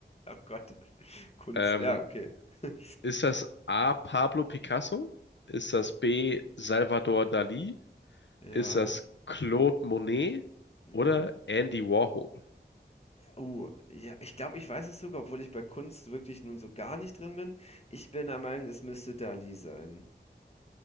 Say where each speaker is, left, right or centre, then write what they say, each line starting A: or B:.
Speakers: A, on the left; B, on the left.
A: Gott. <laughs> Kunst.
B: Ähm,
A: Ja, okay. <laughs>
B: Ist das A. Pablo Picasso? Ist das B. Salvador Dali?
A: Ja.
B: Ist das Claude Monet
A: Mhm.
B: oder Andy Warhol?
A: Oh, ja, ich glaube, ich weiß es sogar, obwohl ich bei Kunst wirklich nun so gar nicht drin bin. Ich bin der Meinung, es müsste Dali sein.